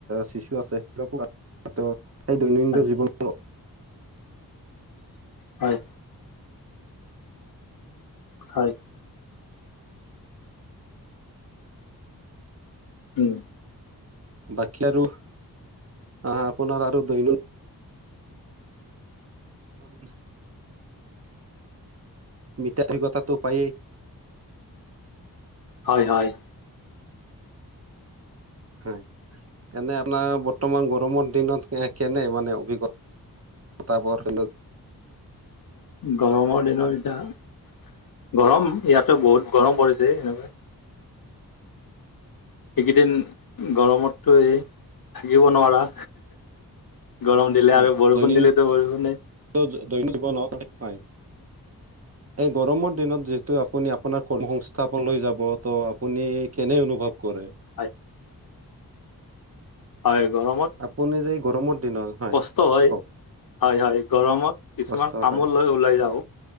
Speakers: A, on the right; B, on the left.
A: শিশু আছে সেইবিলাকো আছে ত দৈনন্দিন
B: হয়
A: জীৱনৰ
B: হয় হয় উম
A: বাকী আৰু আপোনাৰ আৰু দৈনন্দিন ম <unintelligible> মৃতা অভিজ্ঞতাটো পায়েই
B: হয় হয়
A: হয় এনে আপোনাৰ বৰ্তমান গৰমৰ দিনত কেনে মানে অভিজ্ঞতা ত তাৰপৰা কিন্তু
B: গৰমৰ দিনত এতিয়া, গৰম ইয়াতে বহুত গৰম পৰিছে এনেকৈ এইকেইদিন গৰমতো এই থাকিব নোৱাৰা। গৰম দিলে
A: হয়
B: আৰু বৰষুণ
A: দৈনন্দিন
B: দিলেতো বৰষুণে
A: জীৱনত হয়। এক গৰমৰ দিনত যিহেতু আপুনি আপোনাৰ কৰ্মসংস্থাপনলৈ যাব, ত' আপুনি কেনে অনুভৱ- কৰে
B: হয় হয়। গৰমত
A: আপুনি যে এই গৰমৰ দিনত, হয়
B: কষ্ট হয়
A: কওক।
B: হয় হয় গৰমত কিছুমান
A: কষ্ট
B: কামত
A: হয়
B: লৈ ওলাই যাওঁ।